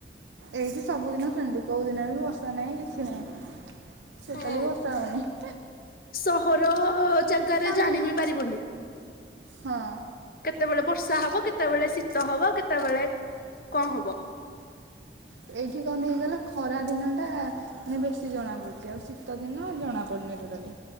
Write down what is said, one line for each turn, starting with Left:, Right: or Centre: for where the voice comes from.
Right: ଏଇଠି ସବୁଦିନ ସେମିତି କୋଉ ଦିନରେ ବି ବର୍ଷା ନାହିଁ କିଛି ନାହିଁ। ସେ
Left: ହଁ
Right: ଚାଲିବ ବର୍ଷା ହୋଉନି।
Left: ସହର ଜାଗାରେ
Right: କାହିଁକି
Left: ଜାଣି ବି ପାରିବନି।
Right: ହଁ।
Left: କେତେବେଳେ ବର୍ଷା ହବ କେତେବେଳେ ଶୀତ ହବ କେତେବେଳେ କଁ ହବ।
Right: ଏଇଠି କଁ ଟିକେ ହେଇଗଲା ଖରା ଦିନ ଟା ମାନେ ବେଶୀ ଜଣାପଡୁଚି ଆଉ ଶୀତ ଦିନ ଜଣାପଡୁନି ଟୋଟାଲି।